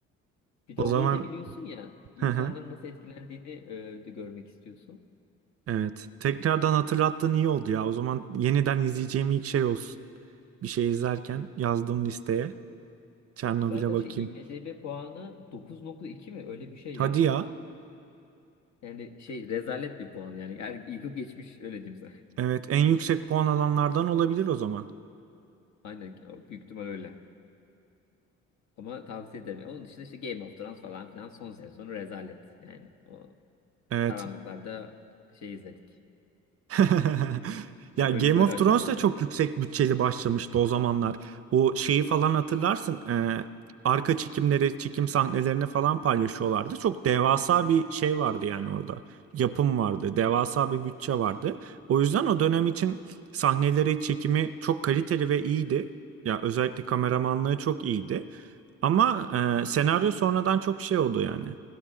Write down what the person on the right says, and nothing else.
O
zaman
hı hı,
evet. Tekrardan hatırlattığın iyi oldu ya. O zaman yeniden izleyeceğim ilk şey olsun. Bir şey izlerken yazdığım listeye Çernobil'e
bakayım.
Hadi
ya.
Evet, en yüksek puan alanlardan olabilir o zaman.
Evet.
<laughs>
Ya Game
of
Thrones da çok
yüksek bütçeli başlamıştı o zamanlar. O şeyi falan hatırlarsın. e, arka çekimleri, çekim sahnelerini falan paylaşıyorlardı. Çok devasa bir şey vardı yani orada. Yapım vardı, devasa bir bütçe vardı. O yüzden o dönem için sahneleri, çekimi çok kaliteli ve iyiydi. Ya özellikle kameramanlığı çok iyiydi. Ama e, senaryo sonradan çok şey oldu yani.